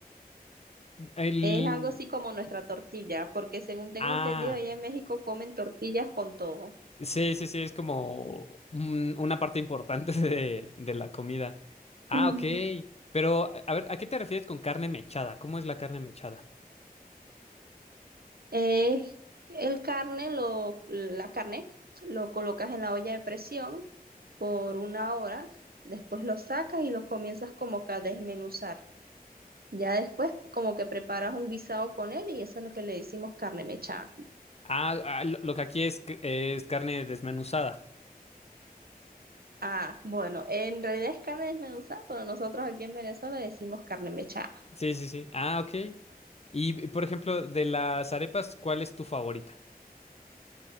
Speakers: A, on the left; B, on the right.
A: El...
B: Es algo así como nuestra tortilla, porque según tengo
A: Ah.
B: entendido, allá en México comen tortillas con todo.
A: Sí, sí, sí, es como un- una parte importante <laughs> de, de la comida. Ah,
B: Mm.
A: ok. Pero, a a ver, ¿a qué te refieres con carne mechada? ¿Cómo es la carne mechada?
B: Es el carne, lo, la carne, lo colocas en la olla de presión por una hora, después lo sacas y lo comienzas como que a desmenuzar. Ya después como que preparas un guisado con él y eso es lo que le decimos carne mechada.
A: Ah, ah, lo lo que aquí es, c- es carne desmenuzada.
B: Ah, bueno, en realidad es carne desmenuzada, pero nosotros aquí en Venezuela decimos carne mechada.
A: Sí, sí, sí. Ah, ok. Y, y, por ejemplo, de las arepas, ¿cuál es tu favorita?